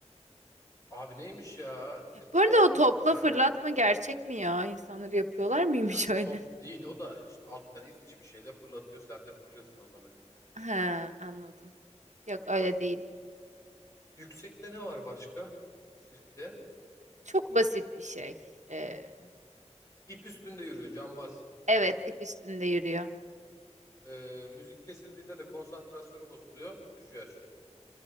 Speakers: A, on the left; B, on the right.
A: Abi neymiş ya? Sirke
B: Bu arada
A: kadar
B: o topla
A: bulduk ya.
B: fırlatma gerçek mi ya? İnsanları yapıyorlar mıymış
A: Ya
B: öyle?
A: top değil o da işte alttan itici bir şeyle fırlatıyor. Sen de fırlıyorsun onunla birlikte.
B: <laughs> He, anladım. Yok
A: Zıplıyorsun.
B: öyle değil.
A: Yüksekte ne var başka? Sirkte.
B: Çok basit bir şey. Ee,
A: İp üstünde yürüyor cambaz.
B: evet, ip üstünde yürüyor.
A: Ee, müzik kesildiğinde de konsantrasyonu bozuluyor. Düşüyor aşağı.